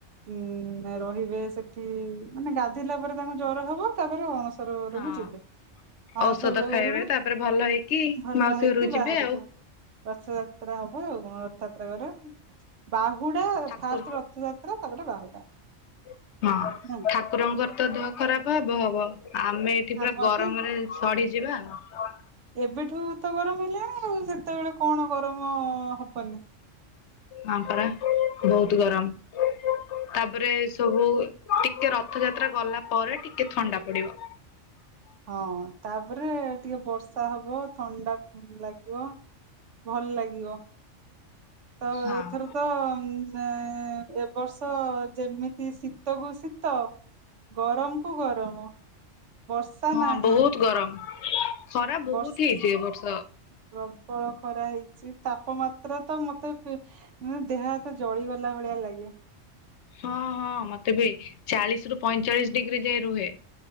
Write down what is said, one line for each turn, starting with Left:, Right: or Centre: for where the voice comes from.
Right: ଉୁଁ ରହିବେ ସେଠି ମାନେ ଗାଧୋଇଲା ପରେ ତାଙ୍କୁ ଜର ହବ ତାରେ ତର ରହୁଛିିବ
Left: ହଁ
Right: ଅଣସ
Left: ଔଷଧ
Right: ରୋଗରୁ
Left: ଖାଇବେ ତାପରେ ଭଲ ହେଇକି
Right: ଭଲ
Left: ମାଉସୀ
Right: ହେଇକି
Left: ଘରକୁ ଯିବେ
Right: ବାହାରକୁ
Left: ଆଉ।
Right: ରଥଯାତ୍ରା ହବ ଆଉ ରଥଯାତ୍ରା କର ବାହୁ ହୁଡା
Left: ଠାକୁର
Right: ଫାଷ୍ଟ ରଥଯାତ୍ରା ତାପରେ ବାହୁଡା
Left: ହଁ
Right: ହଁ
Left: ଠାକୁରଙ୍କର ତ ଦେହ ଖରାପ ହବ ହବ ଆମେ ଏଠି ପୁରା
Right: ଆମର
Left: ଗରମରେ
Right: ବି
Left: ସଢଯିବା ଆ
Right: ଏବେଠୁ ତ ଗରମ ହେଲା ଆଉ ସେତେବେଳେ କଣ ଗରମ ହବନି
Left: ହଁ ପରା ବହୁତ ଗରମ ତାପରେ ସବୁ ଟିକେ ରଥଯାତ୍ରା ଗଲା ପରେ ଟିକେ ଥଣ୍ଡା ପଡିବ।
Right: ହଁ ତାପରେ ଟିକେ ବର୍ଷା ହବ ଥଣ୍ଡା ଲାଗିବ ଭଲ ଲାଗିବ। ତ
Left: ହଁ।
Right: ଏଥର ତ ଉ ଏବ ବର୍ଷ ଯେମିତି ଶୀତକୁ ଶୀତ ତ ଗରମ କୁ ଗରମ ବର୍ଷା
Left: ହଁ
Right: ନାହିଁ
Left: ବହୁତ ଗରମ ଖରା
Right: <unintelligible>
Left: ବହୁତ ହେଇଛି ଏ ବର୍ଷ।
Right: ଖରା ହେଇଛି ତାପମାତ୍ରା ତ ମତେ ଦେହ ହାତ ଜଳିଗଲା ଭଳିଆ ଲାଗେ
Left: ହଁ ହଁ ମତେ ବି ଚାଳିଶି ରୁ ପଇଁଚାଳିଶୀ ଡିଗ୍ରୀ ଯାଇ ରୁହେ